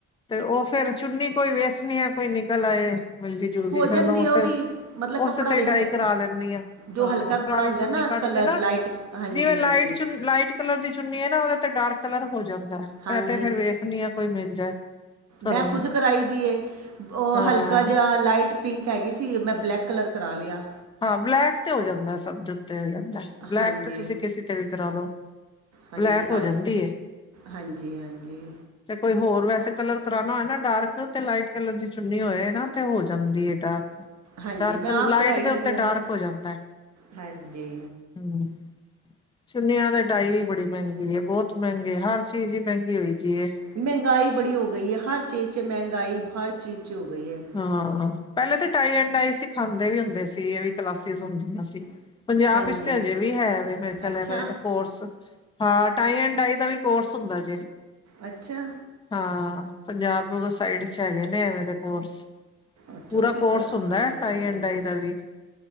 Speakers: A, on the left (about 15°); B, on the right (about 60°).
A: ਤੇ ਓ ਫੇਰ ਚੁੰਨੀ ਕੋਈ ਵੇਖਨੀ ਆਂ ਕੋਈ ਨਿਕਲ ਆਏ ਮਿਲਦੀ ਜੁਲਦੀ
B: ਹੋ
A: ਫੇਰ
B: ਜਾਂਦੀ
A: ਮੈਂ ਉਸ
B: ਆ ਓ ਵੀ ਮਤਲਬ ਕੱਪੜਾ
A: ਉਸ ਤੇ
B: ਦੇਖਣਾ,
A: ਡਾਈ ਕਰਾ ਲੈਂਦੀ ਹਾਂ
B: ਜੋ
A: ਹਾਂ
B: ਹਲਕਾ
A: ਪੁਰਾਣੀ
B: ਕੱਪੜਾ ਹੁੰਦਾ
A: ਚੁੰਨੀ
B: ਨਾ
A: ਕੱਢ
B: ਕਲਰ
A: ਕੇ ਨਾ
B: ਲਾਈਟ ਹਾਂਜੀ-
A: ਜਿਵੇਂ
B: ਹਾਂਜੀ।
A: ਲਾਈਟ ਚੁ ਲਾਈਟ ਕਲਰ ਦੀ ਚੁੰਨੀ ਏ ਨਾ ਓਦੇ ਤੇ ਡਾਰਕ ਕਲਰ ਹੋ ਜਾਂਦਾ ਐ।
B: ਹਾਂਜੀ
A: ਮੈਂ ਤੇ ਫੇਰ ਵੇਖਨੀ ਆਂ ਕੋਈ ਮਿਲ ਜਾਏ।
B: ਮੈਂ
A: ਘਰੋਂ
B: ਖੁਦ
A: ਹੀ
B: ਕਰਾਈ ਦੀ ਏ, ਓ
A: ਹਾਂ
B: ਹਲਕਾ ਜਾ ਲਾਈਟ ਪਿੰਕ ਹੈਗੀ ਸੀ, ਮੈਂ ਬਲੈਕ ਕਲਰ ਕਰਾ ਲੇਆ।
A: ਹਾਂ ਬਲੈਕ ਤੇ ਹੋ ਜਾਂਦਾ ਸਭ ਦੇ ਉੱਤੇ ਹੋ ਜਾਂਦੈ, ਬਲੈਕ
B: ਹਾਂਜੀ
A: ਤੇ ਤੁਸੀ ਕਿਸੀ ਤੇ ਵੀ ਕਰਾ ਲਓ
B: ਹਾਂਜੀ
A: ਬਲੈਕ ਹੋ
B: ਅ
A: ਜਾਂਦੀ ਏ
B: ਹਾਂਜੀ- ਹਾਂਜੀ।
A: ਤੇ ਕੋਈ ਹੋਰ ਵੈਸੇ ਕਲਰ ਕਰਾਨਾ ਹੋਏ ਨਾ ਡਾਰਕ ਤੇ ਲਾਈਟ ਕਲਰ ਦੀ ਚੁੰਨੀ ਹੋਏ ਨਾ ਤੇ ਹੋ ਜਾਂਦੀ ਐ ਡਾਰਕ
B: ਹਾਂਜੀ
A: ਡਾਰਕ
B: ਮੈਂ ਆਪ
A: ਲਾਈਟ
B: ਕਰਾਈ ਲੈ
A: ਦੇ ਉੱਤੇ
B: ਆ,
A: ਡਾਰਕ ਹੋ ਜਾਂਦਾ
B: ਹਾਂਜੀ।
A: ਹਮ ਚੁੰਨੀਆਂ ਦੇ ਡਾਈ ਵੀ ਬੜੀ ਮੈਂਗੀ ਏ ਬੋਤ ਮੈਂਗੀ ਹਰ ਚੀਜ਼ ਈ ਮੈਂਗੀ ਹੋਈ ਦੀ ਏ
B: ਮੈਂਗਾਈ ਬੜੀ ਹੋ ਗਈ ਏ। ਹਰ ਚੀਜ਼ ਚ ਮੈਂਗਾਈ ਹਰ ਚੀਜ਼ ਚ ਹੋ ਗਈ ਏ।
A: ਹਾਂ ਪੈਲੇ ਤੇ ਟਾਈ ਐਂਡ ਡਾਈ ਸਿਖਾਂਦੇ ਵੀ ਹੁੰਦੇ ਸੀ। ਐ ਵੀ ਕਲਾਸਿਜ਼ ਹੁੰਦੀਆਂ ਸੀ। ਪੰਜਾਬ
B: ਹਾਂਜੀ
A: ਵਿੱਚ ਤੇ ਹਜੇ ਵੀ ਹੈ ਵੇ ਮੇਰੇ ਖੇਆਲ
B: ਅੱਛਾ
A: ਐ ਵਾਲੇ ਐ ਕੋਰਸ। ਹਾਂ ਟਾਈ ਐਂਡ ਡਾਈ ਦਾ ਵੀ ਕੋਰਸ ਹੁੰਦਾ ਜੇ।
B: ਅੱਛਾ।
A: ਹਾਂ, ਪੰਜਾਬ ਸਾਈਡ ਚ ਹੈਗੇ ਨੇ ਐਵੇਂ ਦੇ ਕੋਰਸ।
B: ਅੱਛਾ
A: ਪੂਰਾ
B: ਕੀ
A: ਕੋਰਸ
B: ਕਰ
A: ਹੁੰਦਾ
B: ਹਾਂਜੀ
A: ਐ ਟਾਈ
B: ਹਾਂਜੀ
A: ਐਂ ਡਾਈ ਦਾ ਵੀ।